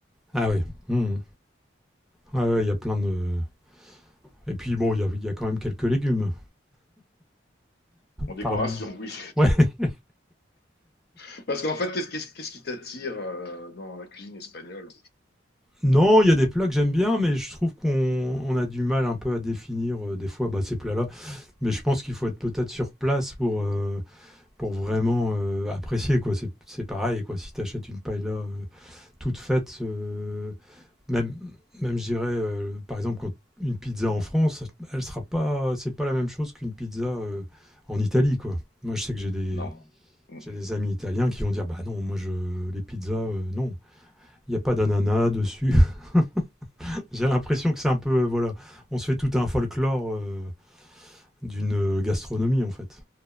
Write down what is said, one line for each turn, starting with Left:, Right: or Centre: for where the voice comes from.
Centre: Ah oui. hmm. Ah ouais, il y a plein de. Et puis bon, il y a, il y a quand même quelques légumes
Left: En décoration,
Centre: parmi.
Left: oui.
Centre: Ouais. <laughs>
Left: <laughs> Parce qu'en fait, qu'est-ce qu'est-ce- qu'est-ce qui t'attire euh, dans la cuisine espagnole?
Centre: Non, il y a des plats que j'aime bien, mais je trouve qu'on on a du mal un peu à définir euh, des fois bah, ces plats-là. Mais je pense qu'il faut être peut-être sur place pour euh, pour vraiment euh, apprécier quoi. C'est, c'est pareil quoi. Si tu achètes une paella euh, toute faite, euh, même même je dirais euh, par exemple quand une pizza en France, elle sera pas, c'est pas la même chose qu'une pizza euh, en Italie quoi. Moi je sais que j'ai des
Left: Non. Mm.
Centre: j'ai des amis italiens qui vont dire bah non moi je les pizzas euh, non il n'y a pas d'ananas dessus. <laughs> j'ai l'impression que c'est un peu euh, voilà on se fait tout un folklore euh, d'une euh, gastronomie en fait.